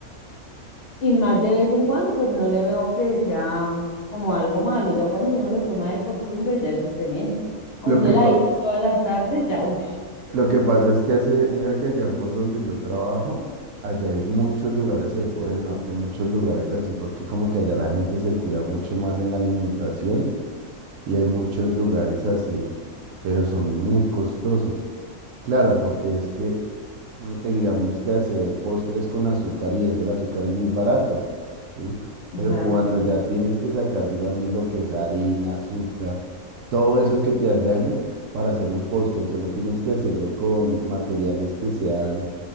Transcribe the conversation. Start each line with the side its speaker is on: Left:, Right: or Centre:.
Left: Y más de vez en cuando, pues no le veo que sea como algo malo. Ya cuando uno lo toma de costumbre, ya es diferente. A
Right: Lo
Left: un
Right: que,
Left: heladito
Right: pa-
Left: todas las tardes, ya, uff,
Right: lo que pasa es que hace, mira que allá por donde yo trabajo, allá hay muchos lugares, ahí por el norte, muchos lugares así, porque como que allá la gente se cuida mucho más en la alimentación y hay muchos lugares así, pero son muy costosos. Claro, porque es que, r- eh, digamos que hacer postres con azúcar y eso, el azúcar es muy barato. ¿sí?
Left: exacto
Right: Pero cuando ya tienes que sacar, digamos, lo que es harina, azúcar, todo eso que te hace daño para hacer un postre y solo tienes que hacerlo con materiales que sean,